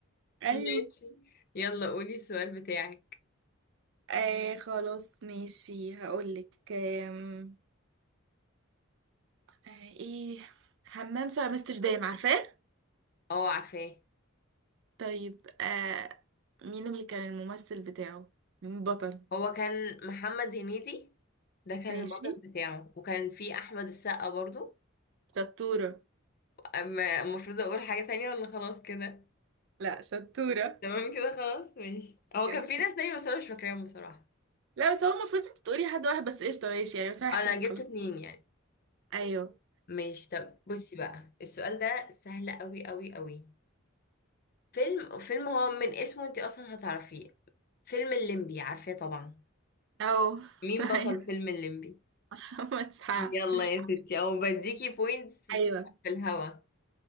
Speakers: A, on the right (about 60°); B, on the left (about 45°).
A: ايوه
B: ماشي يلا قولي السؤال بتاعك
A: آه خلاص ماشي هقولك آم، آه ايه حمام في امستردام عارفاه
B: اه عارفاه
A: طيب آه مين اللي كان الممثل بتاعه مين البطل
B: هو كان محمد هنيدي ده كان
A: ماشي
B: البطل بتاعه وكان فيه احمد السقا برضو
A: شطورة
B: أما- المفروض اقول حاجه تانية ولا خلاص كده
A: لا شطورة
B: تمام كده خلاص ماشي هو كان
A: بجد
B: في
A: شط-
B: ناس تانية بس انا مش فاكراهم بصراحة
A: لا بس هو المفروض انت تقولي حد واحد بس قشطة ماشي يعني بس انا هحسب
B: آه، انا
A: لك
B: جبت
A: خلاص
B: اتنين يعني
A: ايوه
B: ماشي طب بصي بقى السؤال ده سهل قوي قوي قوي فيلم فيلم هو من اسمه انت اصلا هتعرفيه فيلم الليمبي عارفاه طبعا
A: او
B: مين
A: <laughs> ايوه
B: بطل فيلم الليمبي
A: محمد سعد
B: يلا
A: مش
B: يا
A: عارفة.
B: ستي او بديكي بوينتس كده
A: ايوه
B: في الهوا